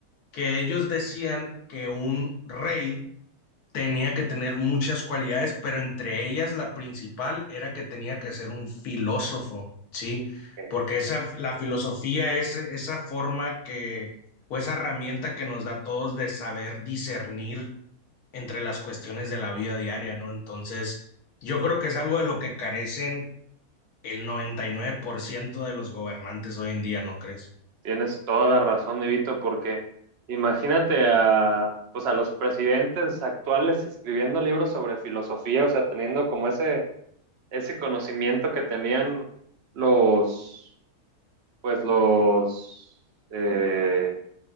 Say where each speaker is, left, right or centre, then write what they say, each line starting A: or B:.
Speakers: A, on the left; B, on the right.
A: que ellos decían que un rey tenía que tener muchas cualidades, pero entre ellas la principal era que tenía que ser un filósofo, ¿sí?
B: Eh,
A: Porque esa, la filosofía es esa forma que, o esa herramienta que nos da a todos de saber discernir entre las cuestiones de la vida diaria, ¿no? Entonces, yo creo que es algo de lo que carecen el 99% de los gobernantes hoy en día, ¿no crees?
B: Tienes toda la razón, Nivito, porque imagínate a, pues a los presidentes actuales escribiendo libros sobre filosofía, o sea, teniendo como ese, ese conocimiento que tenían los, pues los, eh,